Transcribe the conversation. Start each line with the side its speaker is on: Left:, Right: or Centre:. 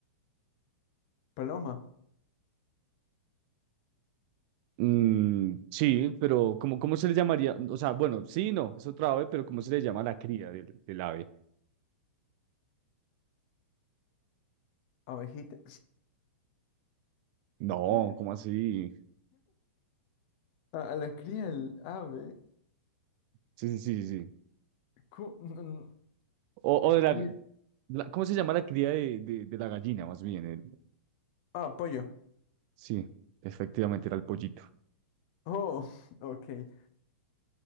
Left: paloma,
Right: Mm, sí, pero ¿cómo, cómo se le llamaría? O sea, bueno, sí, no, es otra ave, pero ¿cómo se le llama a la cría del, del ave?
Left: abejita.
Right: No,
Left: <laughs>
Right: ¿cómo así?
Left: A, a la cría el ave.
Right: Sí, sí, sí, sí. sí.
Left: cu- n- n-
Right: O, o de
Left: cría-
Right: la, la- ¿cómo se llama la cría de, de- de la gallina, más bien? El-
Left: Ah, pollo.
Right: sí, efectivamente era el pollito.
Left: Oh, <laughs> ok.